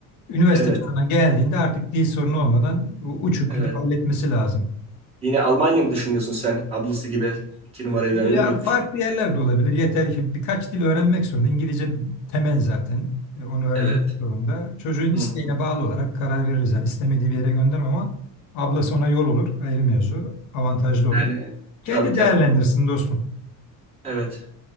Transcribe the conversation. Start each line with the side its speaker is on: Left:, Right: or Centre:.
Left: Üniversite
Right: evet
Left: çağına geldiğinde artık dil sorunu olmadan uçup
Right: evet.
Left: gidip halletmesi lazım.
Right: Yine Almanya mı düşünüyorsun sen ablası gibi iki numarayı
Left: Ya
Right: da öyle mi
Left: farklı
Right: düşünüyorsun?
Left: yerlerde olabilir. Yeter ki birkaç dil öğrenmek zorunda. İngilizce temel zaten. E, Onu öğrenmek
Right: Evet.
Left: zorunda. Çocuğun isteğine
Right: Hı.
Left: bağlı olarak karar veririz. Yani istemediği bir yere göndermem ama ablası ona yol olur. Ayrı mevzu. Avantajlı
Right: Yani
Left: olur. Kendi
Right: tabii tabii.
Left: değerlendirsin dostum.
Right: Evet.